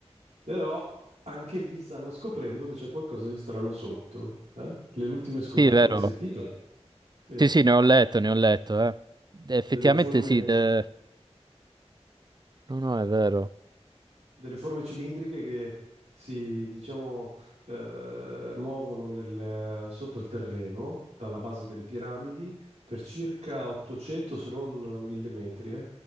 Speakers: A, on the right; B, on the right.
A: Però anche lì stanno scoprendo che c'è qualcosa di strano sotto. eh? Le ultime scoperte
B: Sì, è vero.
A: hai Sì, è sentito? vero. Sì, eh.
B: Sì, sì, ne ho letto, ne ho letto, eh. Effettivamente
A: Delle forme.
B: sì, eh, no, no, è vero.
A: delle forme cilindriche che si, diciamo, eh, muovono nel- sotto il terreno, dalla base delle piramidi, per circa 800 se non 1000 metri. eh.